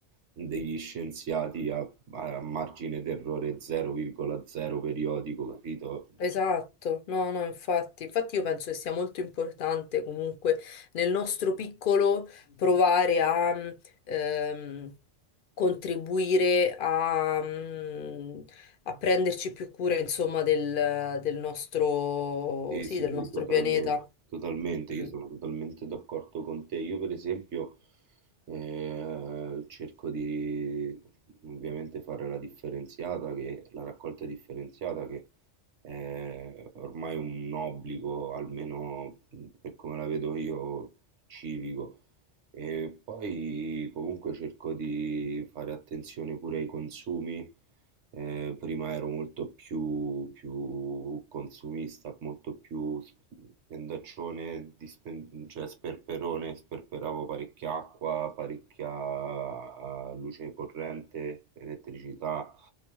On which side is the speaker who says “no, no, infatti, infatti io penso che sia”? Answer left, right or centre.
Left